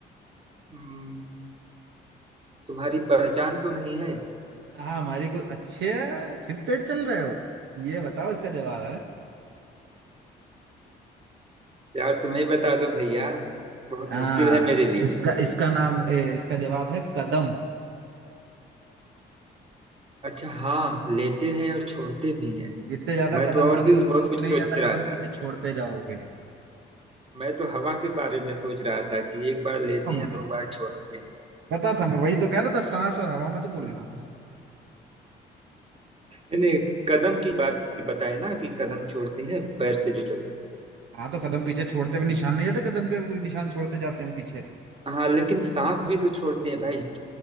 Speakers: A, on the right; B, on the right.
A: हम्म, तुम्हारी पहचान तो नहीं है
B: हाँ हमारी कोई अच्छे फिर तेज चल रहे हो ये बताओ इसका जवाब है
A: यार तुम्हें ही बता दो भैया बहुत
B: हाँ
A: मुश्किल है मेरे लिए
B: इसका इसका नाम ए, इसका जवाब है कदम
A: अच्छा हाँ लेते हैं और छोड़ते भी हैं
B: जितने ज्यादा
A: मैं
B: कदम
A: तो और
B: आगे
A: भी
B: लोगे
A: बहुत
B: उतने
A: कुछ सोच
B: ही ज्यादा
A: रहा
B: कदम
A: था
B: पीछे छोड़ते जाओगे
A: मैं तो हवा के बारे में सोच रहा था कि एक बार लेते
B: हाँ, मुझे
A: हैं दो बार छोड़ते
B: पता था मैं वही तो कह रहा था सांस और हवा में तो बोलना
A: हैं <laughs> नहीं नहीं कदम की बात बताए ना कि कदम छोड़ते हैं पैर से जो चलते हैं
B: हाँ तो कदम पीछे छोड़ते हुए निशान नहीं जाते कदम के कोई निशान छोड़ते जाते हैं हम पीछे
A: हाँ लेकिन सांस भी तो छोड़ते हैं भाई